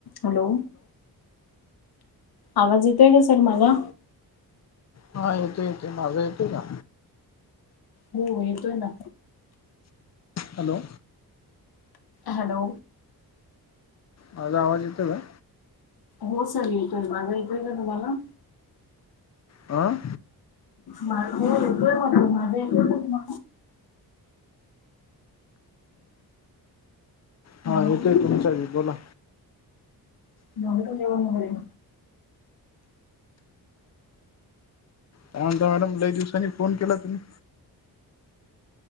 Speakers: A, on the left; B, on the left.
A: Hello आवाज येतोय का सर माझा?
B: हा येतो येतो माझं येतेय का?
A: हो येतोय ना
B: हॅलो
A: हॅलो
B: माझा आवाज येतो का?
A: हो सर येतोय माझा येतोय का तुम्हाला?
B: अं?
A: माझ एक माझ माझ्या एक झा मा?
B: हा
A: हॅलो
B: येतोय तुमचा बोला.
A: झालं का जेवन वघेरे?
B: सांग मॅडम ल दिवसांनी फोन केला तुम्ही.